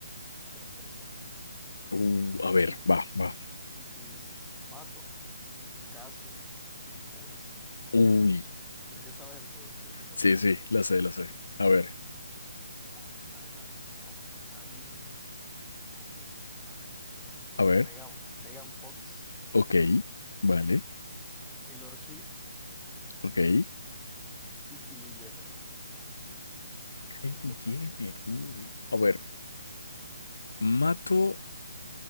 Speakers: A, in the centre; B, on the left.
A: tres personas.
B: Uh,
A: Y tú
B: a ver,
A: dices,
B: va, va.
A: y tú dices, mato, caso o beso.
B: Uy,
A: Creo que sabes el juego, entonces pongamos
B: sí, sí,
A: la situación
B: lo sé, lo
A: hipotética.
B: sé. A ver,
A: Vamos a pensar en alguien, vamos a pensar en alguien. Ok, la tengo.
B: a ver,
A: Megan, Megan Fox,
B: ok, vale,
A: Taylor Swift
B: ok.
A: y Kylie Jenner.
B: Kylie
A: <laughs>
B: Jenner, uh. A ver, mato